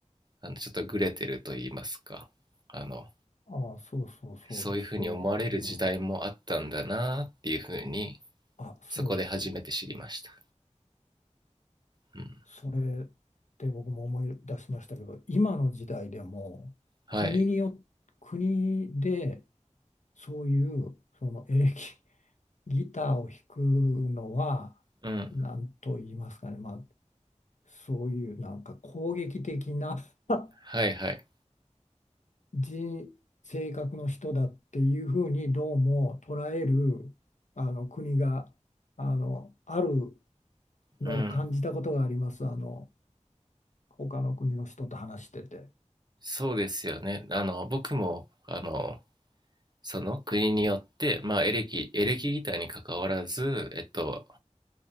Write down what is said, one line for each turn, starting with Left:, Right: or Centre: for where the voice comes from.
Right: あの、ちょっとグレてると言いますか、あの、
Left: ああ、そうそうそうです。
Right: そういうふうに思われる時代もあったんだなっていうふうに、
Left: そういう。うんあ、そうです。
Right: そこで初めて知りました。うん。
Left: それって僕も思い出しましたけど、今の時代でも国によ、
Right: はい。
Left: 国でそういうそのエレキ、<laughs> ギターを弾くのは
Right: うん。
Left: 何と言いますかね、まあ、そういうなんか攻撃的な <laughs>
Right: はいはい。
Left: 人、性格の人だっていうふうにどうも捉えるあの国があのあるのを感じたことがあります。
Right: うん。
Left: あの他の国の人と話してて、
Right: そうですよね。あの、僕も、あの、その国によって、まあ、エレキ、エレキギターに関わらず、えっと、